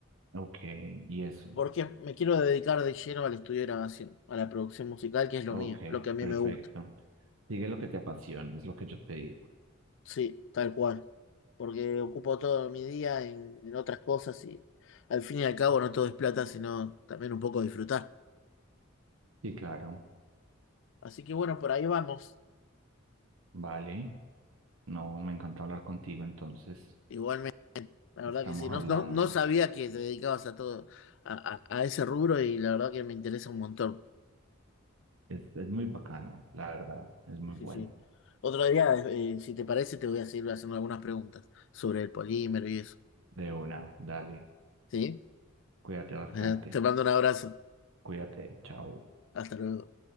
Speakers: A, on the right; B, on the left.
A: Ok, y eso.
B: Porque me quiero dedicar de lleno al estudio de grabación, a la producción musical, que es lo
A: Ok,
B: mío, lo que a mí
A: perfecto.
B: me gusta.
A: Sigue lo que te apasiona, es lo que yo te digo.
B: Sí, tal cual. porque ocupo todo mi día en, en otras cosas y al fin y al cabo no todo es plata, sino también un poco disfrutar.
A: Sí, claro,
B: Así que bueno, por ahí vamos.
A: vale. No, me encanta hablar contigo, entonces
B: Igualmente, la
A: estamos
B: verdad que sí, no,
A: hablando.
B: no, no sabía que te dedicabas a todo, a, a- a ese rubro y la verdad que me interesa un montón.
A: Es, es muy bacano, la verdad, es muy
B: Sí, sí.
A: bueno.
B: sí. Otro día, eh, si te parece, te voy a seguir haciendo algunas preguntas sobre el polímero y eso.
A: De una, dale.
B: ¿Sí?
A: Cuídate bastante.
B: <laughs> Te mando un abrazo.
A: Cuídate. Chao.
B: Hasta luego.